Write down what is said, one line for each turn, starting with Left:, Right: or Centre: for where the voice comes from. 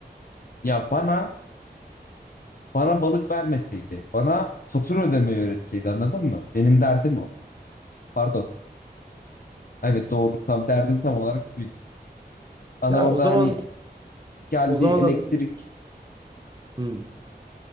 Left: Ya bana bana balık vermeseydi, bana fatura ödemeyi öğretseydi anladın mı? Benim derdim o. Pardon. Evet doğru tam derdim tam olarak buydu. Bana
Right: Ya
Left: orada
Right: o zaman
Left: hani geldi
Right: o zaman
Left: elektrik
Right: da Hı,